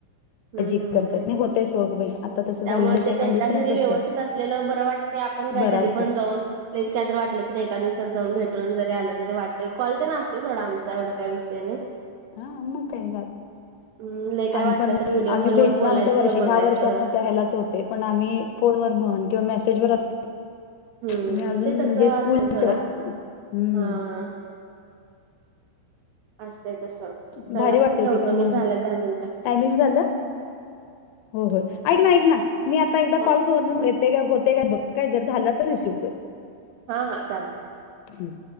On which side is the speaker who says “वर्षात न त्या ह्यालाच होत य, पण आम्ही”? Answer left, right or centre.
Left